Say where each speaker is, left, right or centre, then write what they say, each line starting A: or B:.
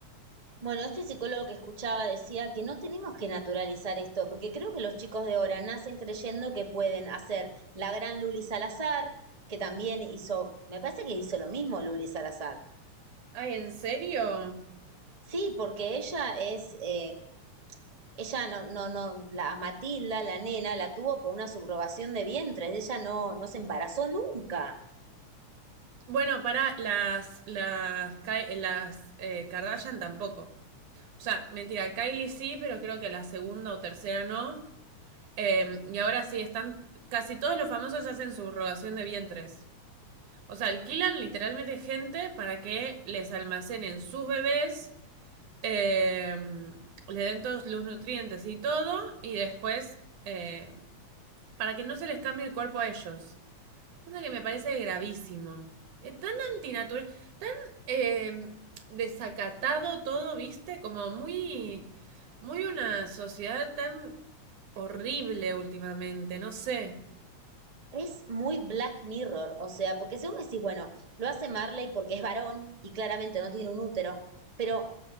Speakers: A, on the right (about 15°); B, on the right (about 85°).
A: Bueno, este psicólogo que escuchaba decía que no tenemos que naturalizar esto, porque creo que los chicos de ahora nacen creyendo que pueden hacer la gran Luli Salazar, que también hizo, me parece que hizo lo mismo Luli Salazar.
B: Ay, ¿en serio?
A: Sí, porque ella es, eh, ella no, no, no, la Matilda, la nena, la tuvo por una subrogación de vientres, ella no, no se embarazó nunca.
B: Bueno, para las, las, Kai- las eh, Kardashian tampoco. O sea, mentira, Kylie sí, pero creo que la segunda o tercera no. Eh, y ahora sí, están. Casi todos los famosos hacen su rogación de vientres. O sea, alquilan literalmente gente para que les almacenen sus bebés, eh, le den todos los nutrientes y todo, y después eh, para que no se les cambie el cuerpo a ellos. Cosa que me parece gravísimo. Es tan antinatural, tan eh, desacatado todo, viste, como muy, muy una sociedad tan horrible últimamente, no sé.
A: Es muy Black Mirror, o sea, porque según me decís, bueno, lo hace Marley porque es varón y claramente no tiene un útero, pero